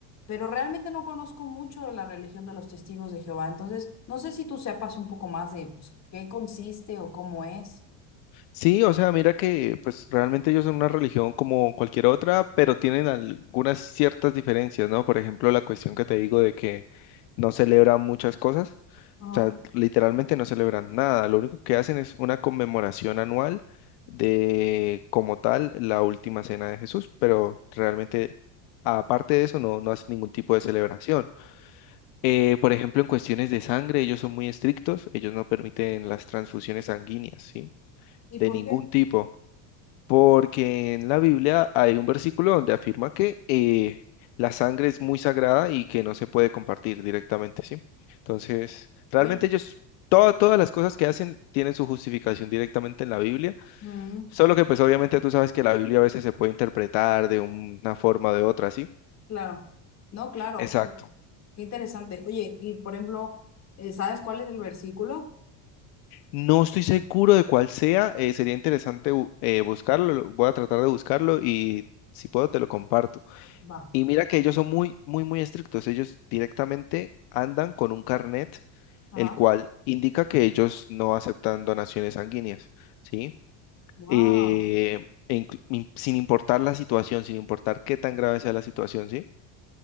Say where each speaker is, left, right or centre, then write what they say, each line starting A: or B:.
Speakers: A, on the left; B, on the left.
A: pero realmente no conozco mucho de la religión de los testigos de Jehová, entonces no sé si tú sepas un poco más de pues, qué consiste o cómo es.
B: Sí, o sea, mira que pues realmente ellos son una religión como cualquier otra, pero tienen algunas ciertas diferencias, ¿no? Por ejemplo, la cuestión que te digo de que no celebran muchas cosas,
A: Ajá.
B: o sea, literalmente no celebran nada, lo único que hacen es una conmemoración anual de como tal la última cena de Jesús, pero realmente aparte de eso no, no hacen ningún tipo de celebración. Eh, por ejemplo, en cuestiones de sangre, ellos son muy estrictos, ellos no permiten las transfusiones sanguíneas, ¿sí?
A: ¿Y
B: De
A: por
B: ningún
A: qué?
B: tipo porque en la Biblia hay un versículo donde afirma que eh, la sangre es muy sagrada y que no se puede compartir directamente, ¿sí? Entonces, realmente
A: Oye,
B: ellos, toda- todas las cosas que hacen tienen su justificación directamente en la Biblia,
A: mm,
B: solo que pues obviamente tú sabes que la Biblia a veces se puede interpretar de una forma o de otra, ¿sí?
A: claro, no, claro,
B: Exacto.
A: qué interesante. Oye, y por ejemplo, eh, ¿sabes cuál es el versículo?
B: No estoy seguro de cuál sea, eh, sería interesante bu- eh, buscarlo, lo- voy a tratar de buscarlo y si puedo te lo comparto.
A: Va,
B: Y mira que ellos son muy, muy, muy estrictos. Ellos directamente andan con un carnet,
A: ajá,
B: el cual indica que ellos no aceptan donaciones sanguíneas, ¿sí?
A: wow.
B: Eh, e inclu- in- sin importar la situación, sin importar qué tan grave sea la situación, ¿sí?